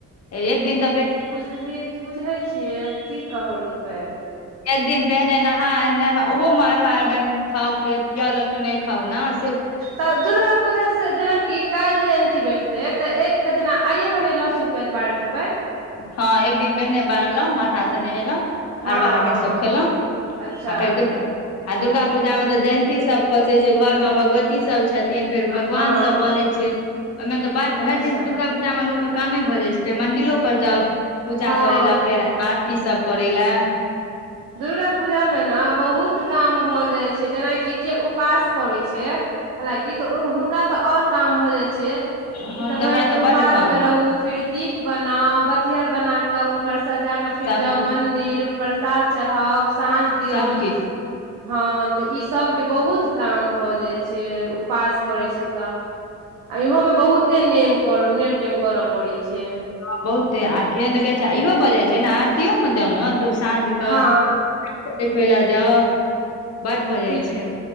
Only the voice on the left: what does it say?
एक दिन तऽ फे
एक दिन पहिने नहा नह ओहो मे अरबा अरबैन खाऊ के प्याज लहसुन नै खाउ न
हँ एक दिन पहिने बारलौ माथा से नहेलौ
अरबा अरबैन
सभ खेलौ
आ फेर दुर्गा आ दुर्गा पूजा मे तऽ जयन्ती सब खसै छै घर मे भगवती सब छथि <unintelligible>
भगवान सब बनै छै ओहिमे तऽ
भरि दिन तऽ दुर्गा पूजा मे लोक कामे भऽ जाइ छै फेर मंडिलो पर जाउ पूजा
करै ला फेर आरती सब करै लए
हँ
तकरा
बड्ड
काम
सबकिछु
सबकिछु
हँ बहुते आ केहन तऽ कहै छै आ इहो भऽ जाय छै नऽ आरतीयो मऽ जाउ नऽ दूर साँझ कऽ
<unintelligible> देखबै लऽ जाउ बड्ड भऽ
जाइ छै